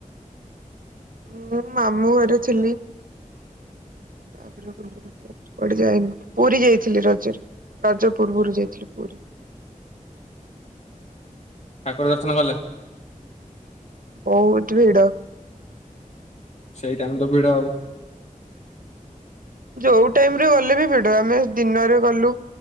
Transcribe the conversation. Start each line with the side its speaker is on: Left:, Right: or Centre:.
Right: <inaudible> ମୁଁ ମାମୁଁ ଘରେ ଥିଲି। କୁଆଡେ ଯାଇନି। ପୁରୀ ଯାଇଥିଲି ରଜରେ ରଜ ପୂର୍ବରୁ ଯାଇଥିଲି ପୁରୀ।
Left: ଠାକୁର ଦର୍ଶନ କଲେ?
Right: ବହୁତ ଭିଡ।
Left: ସେଇ ଟାଇମ ତ ଭିଡ ଆଉ।
Right: ଯୋଉ ଟାଇମରେ ଗଲେ ବି ଭିଡ। ଆମେ ଦିନରେ ଗଲୁ